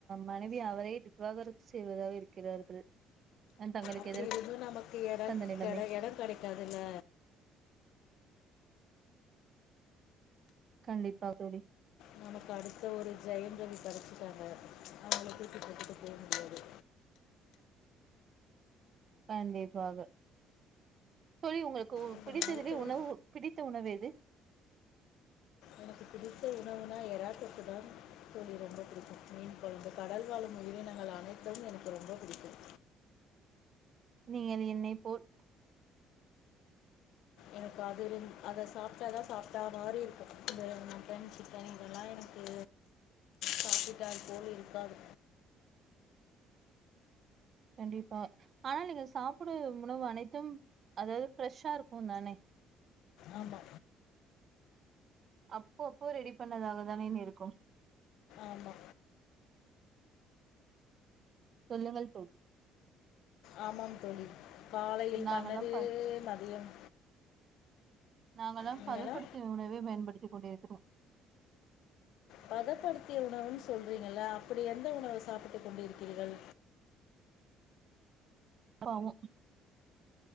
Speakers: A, on the right; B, on the left.
A: மனைவி அவரே டிவ் விவாகரத்து செய்வதாக இருக்கிறார்கள் நான் தங்களுக்கு
B: அப்டி
A: எதற்கு
B: இருந்து நமக்கு எடம்
A: அந்த நிலைமை
B: கட எடங் கடைக்காதுல்ல
A: கண்டிப்பா தோழி
B: நமக்கு அடுத்த ஒரு ஜெயம் ரவி கெடச்சிட்டாங்க அவளுக்கு கிட்டத்தட்டு போ முடியாது
A: கண்டிப்பாக தோழி உங்களுக்கு
B: அந்த
A: பிடித்ததுலயே
B: நாய்த்தோடு
A: உணவு பிடித்த உணவு எது
B: எனக்கு பிடித்த உணவுனா எராதொக்கு தா தோழி ரொம்ப புடிக்கு மீன் கொழம்பு கடல் வாழும் உயிரினங்கள் அனைத்தும் எனக்கு ரொம்ப புடிக்கும்
A: நீங்கள் என்னை போல்
B: எனக்கு அதுந் அத சாப்ட்டா தா சாப்ட்டா மாரி இருக்கு இந்த மட்டன் சிக்கன் இதெல்லா எனக் கு சாப்பிட்டால் போல் இருக்காது
A: கண்டிப்பா ஆனா நீங்க சாப்படும் உணவு அனைத்தும் அதாவ்து ஃப்ரெஷ்ஷா இருக்கு தானே
B: ஆமா
A: அப்பப்போ ரெடி பண்ணதாக தானேன் இருக்கும்
B: ஆமா
A: சொல்லங்கள் தோழி
B: ஆமாம் தோழி காலையில்
A: நாங்கெல்லாம்
B: பண்ணது
A: ப
B: மதியம்
A: நாங்கெல்லாம்
B: நீங்கலா
A: பதப்படுத்திய உணவே பயன்டுத்தி கொண்டிருக்கிறோ
B: பதப்படுத்திய உணவுன்னு சொல்றீங்கல்ல அப்டி எந்த உணவு சாப்பிட்டு கொண்டிருக்கிறீர்கள்
A: ப்ராவு